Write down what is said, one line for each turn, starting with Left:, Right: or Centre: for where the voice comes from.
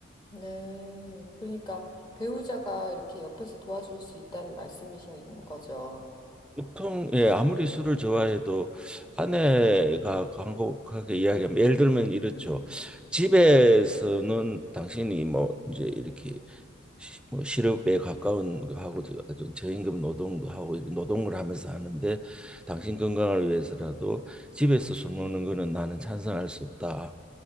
Left: 네. 그러니까 배우자가 이렇게 옆에서 도와줄 수 있다는 말씀이신 거죠.
Centre: 보통 예 아무리 술을 좋아해도 아내가 간곡하게 이야기하면 예를 들면 이렇죠. 집에서는 당신이 뭐 이제 이렇게 시- 뭐 실업에 가까운 거 하고 아주 저임금 노동도 하고 이런 노동을 하면서 하는데 당신 건강을 위해서라도 집에서 술 먹는 거는 나는 찬성할 수 없다.